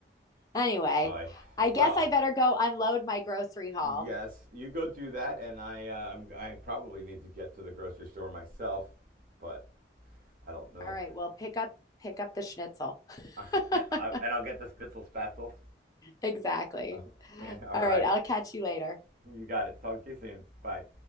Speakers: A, on the left; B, on the right.
A: Anyway,
B: Oy.
A: I guess
B: Well,
A: I better go unload my grocery haul.
B: yes, you go do that, and I uh, I'm- I probably need to get to the grocery store myself, but I don't know.
A: All right. Well, pick up, pick up the schnitzel. <laughs>
B: <laughs> And, I, and I'll get the spitzel spatzels.
A: exactly.
B: <laughs> Man,
A: All
B: all right,
A: right. I'll catch you later.
B: you got it. Talk to you soon. Bye.